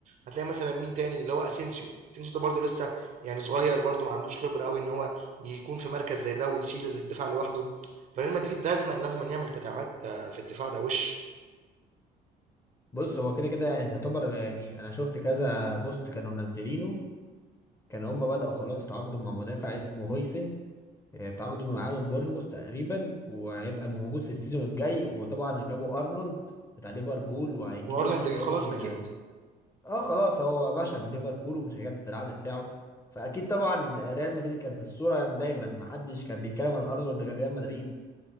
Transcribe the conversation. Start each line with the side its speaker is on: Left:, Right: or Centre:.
Right: هتلاقي مثلا مين تاني اللي هو اسينسيو اسينسيو ده برضو لسه يعني صغير برضو ما عندوش خبره قوي ان هو يكون في مركز زي ده ويشيل الدفاع لوحده فريال مدريد لازما لازما يعمل تدعيمات آه، في الدفاع ده وش
Left: بص هو كده كده يعني يعتبر يعني انا شفت كذا بوست كانوا منزلينه كانوا هم بداوا خلاص يتعاقدوا مع مدافع اسمه هويسن آه، تعاقدوا معاه من بورنموث تقريبا وهيبقى موجود في السيزون الجاي وطبعا جابوا ارنولد بتاع ليفربول وهيجيبوا
Right: هو ارنولد
Left: واحد
Right: جه
Left: تاني
Right: خلاص اكيد
Left: اه آه، خلاص هو باشا من ليفربول ومش هيجدد العقد بتاعه فاكيد طبعا ريال مدريد كان في الصوره يعني دايما محدش كان بيتكلم عن ارنولد غير ريال مدريد